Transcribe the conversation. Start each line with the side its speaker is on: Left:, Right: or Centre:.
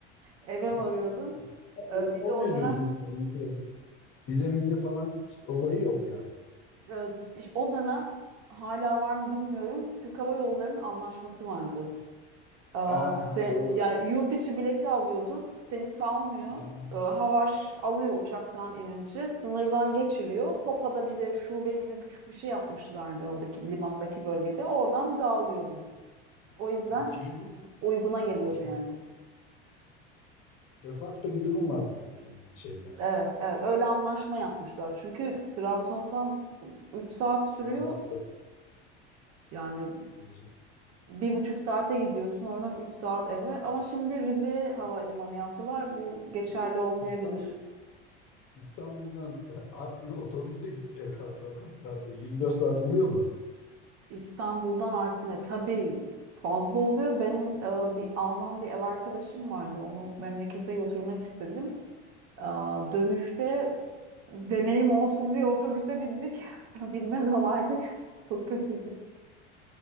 Right: eve
Left: Ha.
Right: varıyordum. Ee,
Left: Sorun
Right: bir
Left: olmuyor
Right: de o dönem
Left: diyorsun yani. Vize, vize mize falan olayı yok yani.
Right: e, iş- o dönem hala var mı bilmiyorum. Türk Hava Yolları'nın anlaşması vardı. Aa,
Left: Ha
Right: sen,
Left: ha doğru.
Right: yani yurt içi bileti alıyordun, seni salmıyor.
Left: Ha, ha.
Right: Ee, Havaş alıyor uçaktan inince, sınırdan geçiriyor. Hopa'da bir de şube gibi küçük bir şey yapmışlardı oradaki limandaki bölgede. Oradan dağılıyordun. O yüzden
Left: Fiili bir
Right: uyguna
Left: yani
Right: geliyordu
Left: fiil.
Right: yani.
Left: De facto bir durum vardı diyorsun yani şeyde.
Right: Evet, evet. Öyle anlaşma yapmışlar. Çünkü Trabzon'dan 3 saat sürüyor.
Left: Evet, evet.
Right: Yani
Left: Özür
Right: bir buçuk saate gidiyorsun, oradan 3 saat eve. Ama şimdi Rize'ye havalimanı yaptılar. Bu geçerli
Left: dilerim. Bir
Right: olmayabilir.
Left: de İstanbul, İstanbul'dan <laughs> Artvin'e otobüste gitmeye kalksan kaç saatte? 24 saat buluyor mu?
Right: İstanbul'dan Artvin'e tabii fazla oluyor. Benim e, bir Alman bir ev arkadaşım vardı. Onu memlekete götürmek istedim. E, dönüşte deneyim olsun diye otobüse bindik. <laughs> Binmez olaydık. Çok kötüydü.